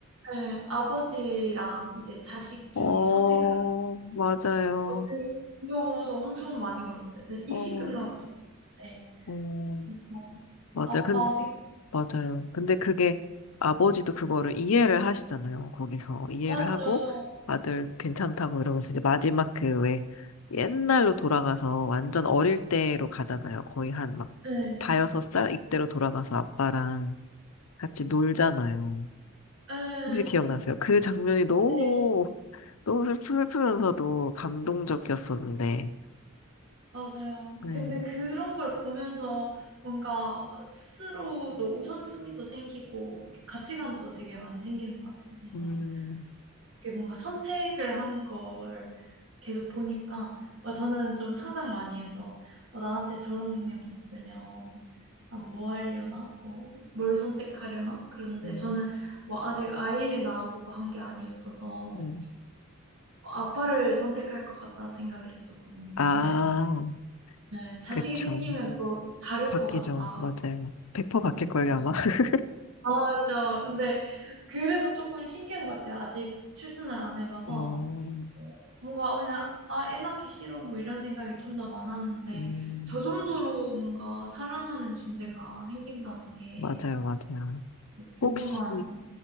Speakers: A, on the right; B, on the left.
A: 예 아버지랑 이제 자식 중에
B: 어,
A: 선택을
B: 맞아요.
A: 어 그 그거 보면서 엄청 많이 울었어요. 저 입시
B: 어,
A: 끝나고 봤었는데
B: 어,
A: 엄청
B: 맞아요.
A: 아빠
B: 근,
A: 생각
B: 맞아요. 근데 그게 아버지도 그거를 이해를 하시잖아요. 거기서 이해를
A: 맞죠.
B: 하고 아들 괜찮다고 이러면서 이제 마지막 그 왜 옛날로 돌아가서 완전 어릴 때로 가잖아요. 거의 한 막
A: 예.
B: 다여섯 살 이때로 돌아가서 아빠랑 같이 놀잖아요.
A: 예
B: 혹시 기억나세요? 그 장면이 너무,
A: 예 네.
B: 너무 슬프- 슬프면서도 감동적이었었는데.
A: 맞아요. 음.
B: 네.
A: 근데 그런 걸 보면서 뭔가 스스로도 우선순위도 생기고 이렇게 가치관도 되게 많이 생기는 것 같아요. 뭔가
B: 음,
A: 이게 뭔가 선택을 하는 걸 계속 보니까 아 저는 좀 상상 많이 해서 '뭐 나한테 저런 능력이 있으면 난 뭐 하려나? 뭐 뭘 선택하려나?' 그런데
B: 음,
A: 저는 뭐 아직 아이를 낳아 보고 한 게 아니었어서
B: 네.
A: '아빠를 선택할 것 같다.'는 생각을 했었거든요.
B: 아,
A: 근데 예. 자식이
B: 그쵸.
A: 생기면 또 다를
B: 바뀌죠.
A: 것 같다.
B: 맞아요. 100% 바뀔걸요,
A: 그래서
B: 아마? <laughs>
A: 맞아. 근데 그래서 쪼끔 신기한 것 같아요. 아직 출산을 안 해 봐서
B: 어,
A: 뭔가 그냥 '아 애 낳기 싫어.' 뭐 이런 생각이 좀 더 많았는데
B: 음,
A: 저 정도로 뭔가 사랑하는 존재가 생긴다는 게
B: 맞아요, 맞아요.
A: 그 궁금한
B: 혹시,